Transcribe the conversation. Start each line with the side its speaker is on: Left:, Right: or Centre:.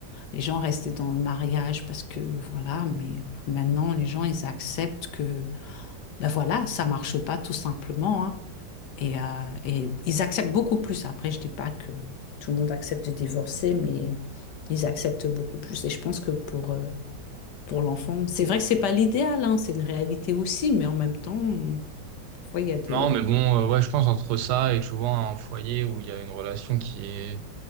Left: les gens restaient dans le mariage parce que voilà, mais maintenant, les gens, ils acceptent que, ben voilà, ça marche pas tout simplement. hein. Et, euh, et ils acceptent beaucoup plus. Après, je dis pas que tout le monde accepte de divorcer, mais ils acceptent beaucoup plus. Et je pense que pour, euh, pour l'enfant, c'est vrai que c'est pas l'idéal, hein, c'est une réalité aussi, mais en même temps, parfois, il y a des...
Right: Non, mais bon, euh, ouais, je pense entre ça et tu vois un foyer où il y a une relation qui est